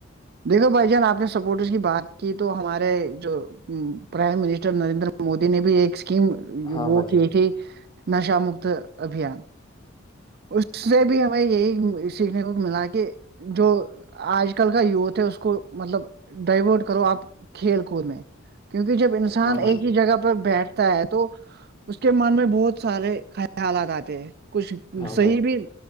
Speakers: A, on the right (about 50°); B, on the left (about 25°).
A: دیکھو بھائی جان آپ نے سپورٹرس کی بات کی تو ہمارے جو پرائم منسٹر نریندر مودی نے بھی ایک اسکیم
B: ہاں
A: وہ
B: بھائی جان
A: کی تھی نشا مکت ابھیان اس سے بھی ہمیں یہی سیکھنے کو ملا کہ جو آج کل کا یوتھ ہے اس کو مطلب ڈائیورٹ کرو آپ کھیل کود میں کیونکہ جب انسان
B: ہاں بھائی
A: ایک ہی جگہ پر بیٹھ تو اس کے من میں بہت سارے خ حالات آتے ہیں کچھ
B: ہاں
A: صحی
B: بھائی
A: بھی